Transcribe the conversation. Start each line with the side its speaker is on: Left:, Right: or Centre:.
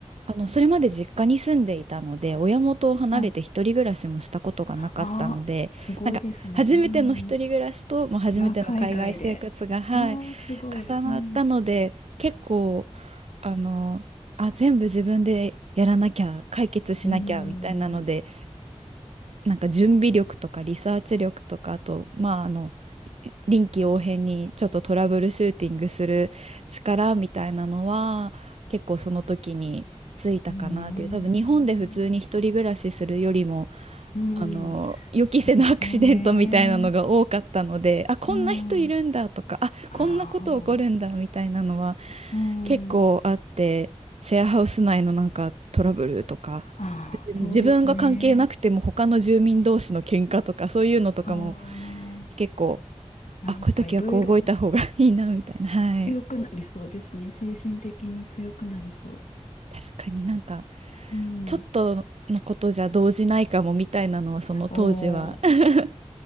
Right: あのそれまで実家に住んでいたので、親元を離れて一人暮らしもしたことがなかったので、
Left: はい。ああ、すごいですね。
Right: なんか初めての一人暮らしと、
Left: うん。
Right: もう初めての海外生活が、
Left: あ、海外で。
Right: はい、
Left: ああ、すごい。
Right: 重なったので、
Left: うん。
Right: 結構あの、あ、全部自分でやらなきゃ、解決しなきゃみたいなので。
Left: うん。う
Right: なんか準備力とかリサーチ力とかあとまああの臨機応変にちょっとトラブルシューティングする力みたいなのは結構その時についたかなっていう多分日本で普通に一人暮らしするよりも
Left: ーん。うん。
Right: あの予期せぬアクシデントみたいなのが多かったのであこんな人いるんだとかあこんなこと起こるんだみたいなのは
Left: そうですよね。うん。ああ。うん。
Right: 結構あってシェアハウス内のなんかトラブルとか別に自分が関係なくても他の住民同士の喧嘩とかそういうのとかも
Left: ああ、そうですね。ああ。
Right: 結構
Left: なんかいろいろ
Right: あこういう時はこう動いた方がいいなみたいなはい
Left: 強くなりそうですね。精神的に強くなりそ
Right: 確かになんか
Left: う。うん。
Right: ちょっとのことじゃ動じないかもみたいなのはその当時は
Left: おお。
Right: <laughs>